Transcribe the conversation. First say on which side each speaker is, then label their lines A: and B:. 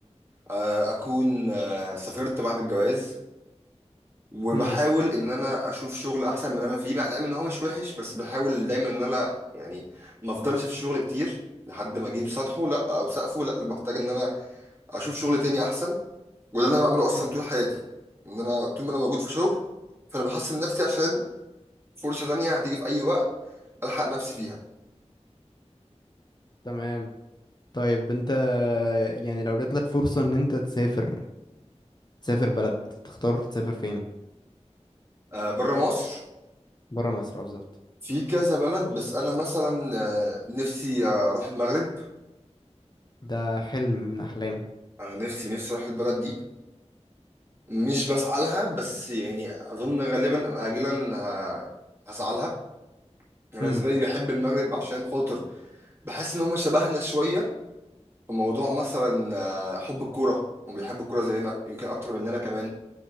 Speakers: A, on the right; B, on the left.
A: آه، اكون آه، سافرت بعد الجواز وبحاول
B: امم
A: ان انا اشوف شغل احسن من اللي انا فيه مع العلم ان هو مش وحش بس بحاول دايما ان انا يعني ما افضلش في شغل كتير لحد ما اجيب سطحه لا او سقفه لا بحتاج ان انا اشوف شغل تاني احسن وده اللي انا بعمله اصلا
B: أمم،
A: طول حياتي ان انا طول ما انا موجود في شغل فانا بحسن نفسي عشان فرصة تانية هتيجي في اي وقت الحق نفسي فيها
B: تمام طيب انت يعني لو جاتلك فرصة ان انت تسافر تسافر بلد تختار تسافر فين
A: آه بره مصر
B: برا مصر بالظبط
A: في كذا بلد بس انا مثلا آه، نفسي آه، اروح المغرب
B: ده حلم من احلامي
A: انا نفسي نفسي اروح البلد دي مش بسعى لها بس يعني اظن غالبا اجلا ه- هسعى لها انا بالنسبه
B: امم
A: لي بحب المغرب عشان خاطر بحس ان هم شبهنا شويه في موضوع مثلا آه، حب الكوره هم بيحبوا الكوره زينا يمكن اكتر مننا كمان